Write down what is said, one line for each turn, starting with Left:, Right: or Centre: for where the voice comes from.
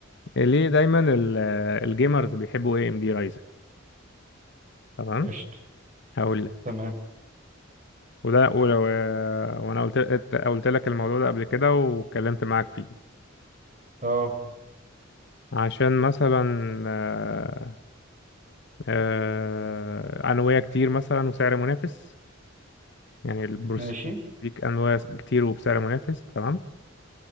Left: ليه دايما ال- الجيمرز بيحبوا اي ام دي رايزن تمام
Right: قشطة
Left: هقول لك
Right: تمام
Left: وده ولو آه، وانا قلت قلت قلت لك الموضوع ده قبل كده واتكلمت معاك فيه
Right: اه
Left: عشان مثلا آه، آه، أنوية كتير مثلا وسعر منافس يعني البروسيسور
Right: ماشي
Left: ليك أنواع كتير وبسعر منافس تمام